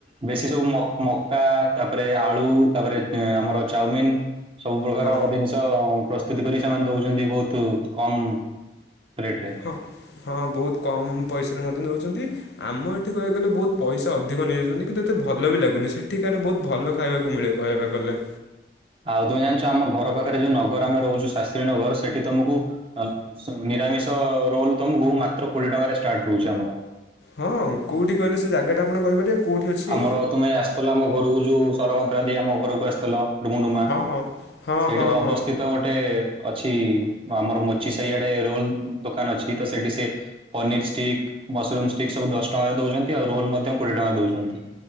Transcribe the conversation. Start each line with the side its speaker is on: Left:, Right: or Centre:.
Right: ବେଶୀ ସବୁ ମ- ମକା ତାପରେ ଆଳୁ ତାପରେ ଆମର ଚାଉମିିନ୍ ସବୁ ପ୍ରକାର
Left: ହଁ
Right: ଜିନିଷ ପ୍ରସ୍ତୁତି କରି ସେମାନେ ଦଉଚନ୍ତି ବହୁତ କମ୍ ରେଟ୍ ରେ।
Left: ହଁ- ହଁ ବହୁତ୍ କମ୍ ପଇସାରେ ମଧ୍ୟ ଦଉଚନ୍ତି ଆମ ଏଠି କହିବାକୁ ଗଲେ ବହୁତ୍ ପଇସା ଅଧି ଅଧିକ ନେଇଯାଉଚନ୍ତି କିନ୍ତୁ ଏତେ ଭଲ ବି ଲାଗୁନି ସେଠିକାରେ ବହୁତ ଭଲ ଖାଇବାକୁ ମିଳେ କହିବାକୁ ଗଲେ।
Right: ଆଉ ତୁମେ ଜାଣିଚ ଆମ ଘର ପାଖରେ ଯଉ ନଗର ଆମେ ରହୁଚୁ ଶାସ୍ତ୍ରୀ ନଗର ସେଠି ତମକୁ ଆ ସବୁ ନିରାମିଷ ରୋଲ୍ ତମକୁ ମାତ୍ର କୋଡିଏ ଟଙ୍କାରେ ଷ୍ଟାର୍ଟ ରହୁଚି ଆମର।
Left: ହଁ କଉଠି କହିଲେ ସେ ଜାଗାଟା ଆପଣ କହିପାରିବେ? କେଉଁଠି ଅଛି
Right: ଆମର ତୁମେ ଆସିଥିଲ ଆମ ଘରକୁ ଯଉ ସର ମନ୍ତ୍ରା ଦେଇ ଆମ ଘରକୁ ଆସିଥିଲ। ଡୁମୁଡୁମା
Left: ହଁ ହଁ ହଁ
Right: ସେଇଠେ
Left: ହଁ
Right: ଅବସ୍ଥିତ୍।
Left: ହଁ
Right: ତ ଗୋଟେ ଅଛି ଆମର ମୋଚି ସାହି ଆଡେ ରୋଲ ଦୋକାନ ଅଛି ତ ସେଠି ସେ ପନିର ଷ୍ଟିକ୍ ମସରୁମ ଷ୍ଟିକ ସବୁ ଦଶ ଟଙ୍କାରେ ଦଉଛନ୍ତି ଆଉ ରୋଲ ମଧ୍ୟ କୋଡିଏ ଟଙ୍କା ଦଉଛନ୍ତି।